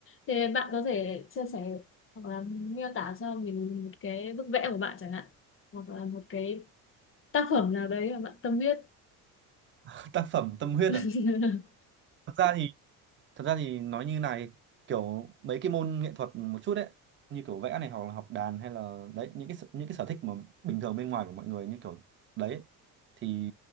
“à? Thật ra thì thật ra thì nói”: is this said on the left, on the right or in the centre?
Right